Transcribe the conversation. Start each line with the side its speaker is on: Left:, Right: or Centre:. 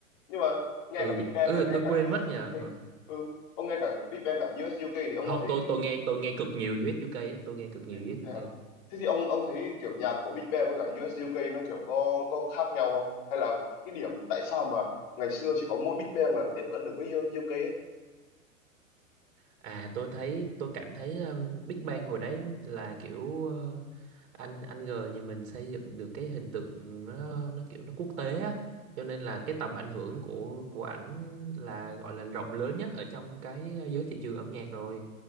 Left: nhưng mà nghe
Right: Ừ,
Left: cả Big Bang
Right: ừ
Left: cả nghe
Right: tôi
Left: cả
Right: quên
Left: u US
Right: mất nhờ.
Left: UK ừ ông nghe cả Big Bang cả u ét u UK thì ông
Right: không
Left: có thấy
Right: tôi tôi nghe tôi nghe cực nhiều US UK á, tôi nghe cực nhiều
Left: thế,
Right: US UK
Left: thế hả? Thế thì ông ông thấy kiểu nhạc của Big Bang với cả u ét u UK nó kiểu có có khác nhau không hay là cái điểm tại sao mà ngày xưa chỉ có mỗi Big Bang là tiệm cận được với u ét u UK ấy
Right: À tôi thấy tôi cảm thấy um, Big Bang hồi đấy là kiểu ờ, anh anh G nhà mình xây dựng được cái hình tượng nó nó kiểu nó quốc tế á cho nên là cái tầm ảnh hưởng của của ảnh là gọi là rộng lớn nhất ở trong cái ờ, giới thị trường âm nhạc rồi.